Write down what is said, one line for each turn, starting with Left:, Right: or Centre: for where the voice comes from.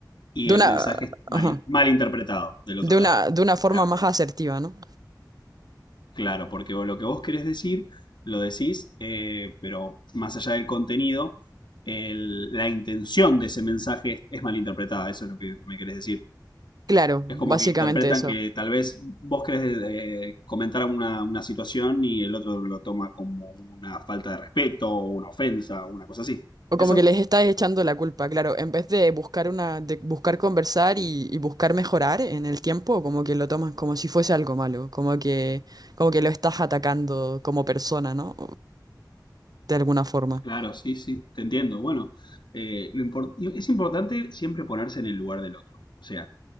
Left: y
Right: De
Left: el
Right: una,
Left: mensaje es mal,
Right: ajá,
Left: mal interpretado del otro
Right: de
Left: lado.
Right: una, de una
Left: O
Right: forma
Left: sea,
Right: más asertiva, ¿no?
Left: Claro, porque vos- lo que vos querés decir, lo decís, eh, pero más allá del contenido, el- la intención de ese mensaje es, es malinterpretada, eso es lo que me querés decir.
Right: Claro,
Left: Es como
Right: básicamente
Left: que interpretan
Right: eso.
Left: que tal vez vos querés eh, comentar una, una situación y el otro lo toma como una falta de respeto o una ofensa o una cosa así.
Right: O
Left: ¿Eso?
Right: como que les estás echando la culpa, claro, en vez de buscar una, de buscar conversar y, y buscar mejorar en el tiempo, como que lo tomas como si fuese algo malo, como que, como que lo estás atacando como persona, ¿no? De alguna forma.
Left: Claro, sí, sí, te entiendo. Bueno, eh, lo impor- y es importante siempre ponerse en el lugar del otro. O sea,